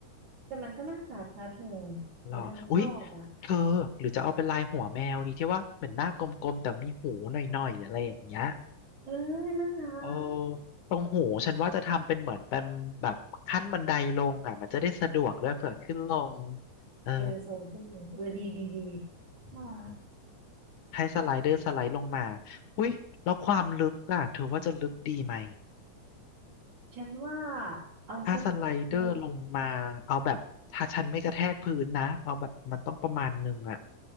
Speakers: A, on the right (about 65°); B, on the left (about 75°).
A: แต่มันก็น่ารักนะเธอ
B: หรออุ๊ย
A: หรือเธอไม่ชอบอ่ะ
B: เธอหรือจะเอาเป็นลายหัวแมวดีที่ว่าเหมือนหน้ากลมๆแต่มีหูหน่อยๆอะไรอย่างเงี้ย
A: เออน่ารัก
B: เออตรงหูฉันว่าจะทำเป็นเหมือนเป็นแบบขั้นบันไดลงอ่ะมันจะได้สะดวกด้วยเผื่อขึ้นลงเออ
A: เออโซนผู้หญิงเออดีดีดีน่ารัก
B: ให้สไลเดอร์สไลด์ลงมาอุ๊ยแล้วความลึกอ่ะเธอว่าจะลึกดีไหม
A: ฉันว่าเอาสักเมตร
B: ถ้าสไลเดอร์ลงมาเอาแบบถ้าฉันไม่กระแทกพื้นนะเอาแบบมันต้องประมาณหนึ่งอ่ะ